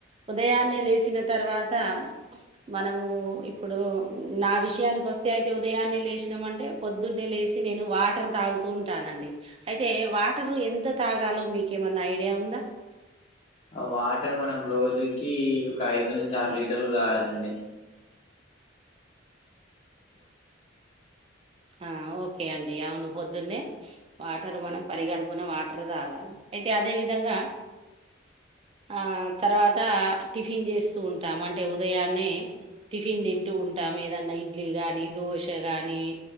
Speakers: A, on the right (about 30°); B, on the left (about 35°).
A: ఉదయాన్నే లేసిన తర్వాత మనము ఇప్పుడు నా విషయానికి వస్తే అయితే ఉదయాన్నే లేశనం అంటే పొద్దున్నే లేేసి నేను వాటర్ తాగుత తాగుతుంటానండి అయితే వాటరు ఎంత తాగాలో మీకేమన్నా ఐడియా ఉందా
B: ఆ వాటర్ మనం రోజుకి ఒక ఐదు నుంచి ఆరు లీటర్లు తాగాలండి
A: ఆ ఓకే అండి అవును పొద్దున్నే వాటర్ మనం పరీగడుపున వాటర్ తాగాలి అయితే అదే విధంగా ఆ తర్వాత టిఫిన్ చేస్తూ ఉంటాం అంటే ఉదయాన్నే టిఫిన్ తింటూ ఉంటాము ఏదన్నా ఇడ్లీ కానీ దోశ కానీ